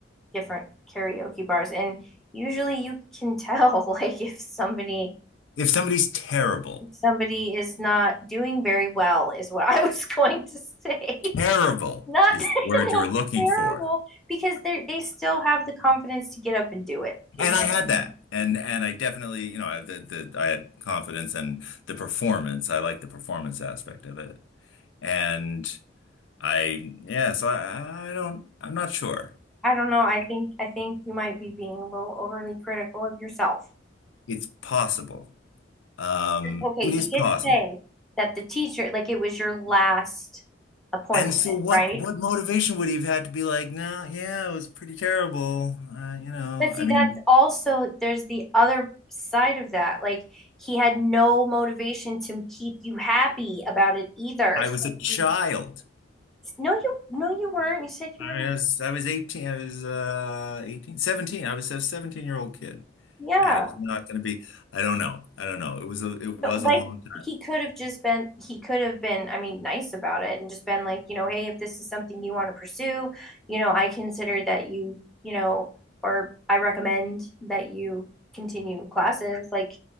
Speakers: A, in the centre; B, on the left (about 85°).
A: different karaoke bars and usually you can tell <laughs> like if somebody
B: If somebody's terrible,
A: if somebody is not doing very well is what I was <laughs> going to say.
B: terrible
A: Not,
B: is the
A: <laughs>
B: word
A: not
B: you were looking
A: terrible
B: for.
A: because they they still have the confidence to get up and do it. You
B: And
A: know what
B: I had
A: I mean?
B: that. And and I definitely, you know, I the, the I had confidence in the performance. I like the performance aspect of it. And I yeah, so I, I don't I'm not sure.
A: I don't know. I think I think you might be being a little overly critical of yourself.
B: It's possible. Um,
A: Okay,
B: it
A: you
B: is possible.
A: did say that the teacher, like it was your last appointment,
B: And so what
A: right?
B: what motivation would he have had to be like, no, yeah, it was pretty terrible. Uh, you know,
A: But see,
B: I mean,
A: that's also there's the other side of that. Like he had no motivation to keep you happy about it either.
B: I
A: So
B: was a child.
A: he, no, you no, you weren't. You said you
B: I
A: were.
B: was, I was 18, I was uh 18 17 I was a 17 year old kid.
A: Yeah.
B: And he's not going to be, I don't know. I don't know. It was a it was
A: But, like
B: a long time.
A: he could have just been he could have been i mean nice about it and just been like you know hey if this is something you want to pursue you know i consider that you you know or i recommend that you continue classes like